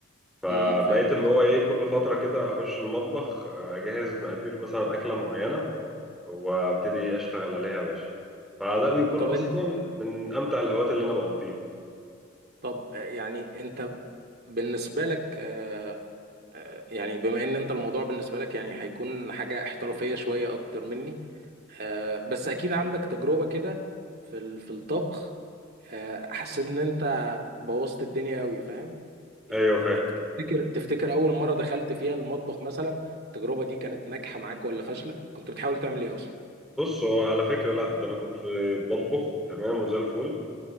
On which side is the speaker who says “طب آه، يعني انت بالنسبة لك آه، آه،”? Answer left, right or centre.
Right